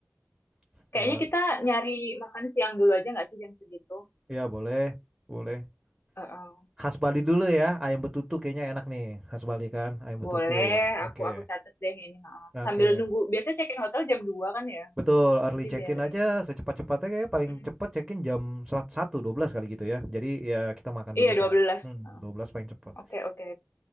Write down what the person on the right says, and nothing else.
Setelah
ya boleh, boleh.
Khas Bali dulu ya, ayam betutu kayaknya enak nih. Khas Bali kan, ayam betutu.
Oke.
Oke.
Betul, early
check-in
aja
secepat-cepatnya kayak paling
cepat check-in jam satu 12 kali gitu ya. Jadi ya kita makan
dulu
kan.
Hmm,
12 paling cepat.